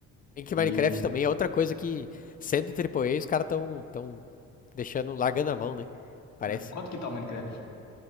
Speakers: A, on the left; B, on the left.
A: Em que
B: E.
A: Minecraft também é outra coisa que, sendo triplo A os caras tão, tão deixando, largando a mão, né? Parece.
B: na- Quanto que tá o Minecraft?